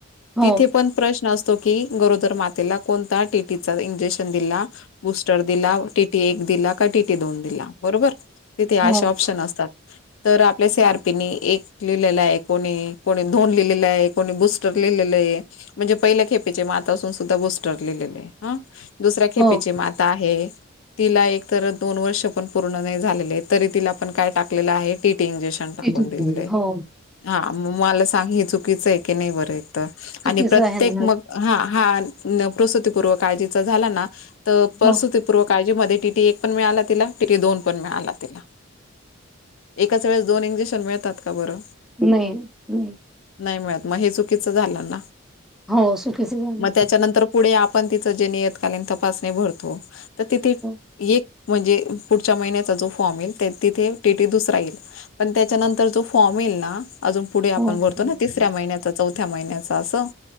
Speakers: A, in the centre; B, on the left.
A: हो,
B: तिथे पण प्रश्न असतो की, गरोदर मातेला कोणता टीटीचा इंजेक्शन दिला? बुस्टर दिला, टीटी एक दिला, का टीटी दोन दिला, बरोबर? तिथे
A: हो,
B: अशे ऑप्शन असतात. तर आपल्या सी आर पी नी एक लिहिलेला आहे, कोणी -कोणी दोन लिहिलेला आहे, कोणी बुस स्टर लिहिलेलेय, म्हणजे पहिल्या खेपेच्या मातांसून सुद्धा बुस्टर लिहिलेलेय. हं, दुसऱ्या खेपेची
A: हो.
B: माता आहे. तिला एक तर दोन वर्ष पण पूर्ण नाही झालेले, तरी तिला पण काय टाकलेलं आहे टीटी इंजेक्श क्शन टाकून
A: टीटी-
B: दिलेलेय.
A: हो,
B: हा आ, मला सांग हे चुकीचं आहे की नाही बरं इथं,
A: चुकीचं
B: आणि प्रत्येक
A: आहे ना.
B: मग हा -हा प्रसुतीपूर्व काळजीचा झाला ना त -पसुती
A: हो,
B: पूर्व काळजी मध्ये टीटी एक पण मिळाला तिला, टीटी दोन पण मिळाला तिला. एकच वेळेस दोन इंजेक्शन मिळतात का बरं?
A: नाही -नाही.
B: नाही मिळत, मग हे चुकीचं झालं ना?
A: हो, चुकीचं झालं.
B: मग त्याच्यानंतर पुढे आपण तिचं जे नियतकालीन तपासणी भरतो, तर तिथे
A: हो,
B: एक म्हणजे पुढच्या महिन्याचा जो फॉर्म येईल तिथे टीटी दुसरा येईल. पण त्याच्यानंतर जो फॉर्म येईल ना, ऋटअजून पुढे आपण
A: हो.
B: भरतो ना तिसऱ्या महिन्यात. चौथ्या महिन्याचा असं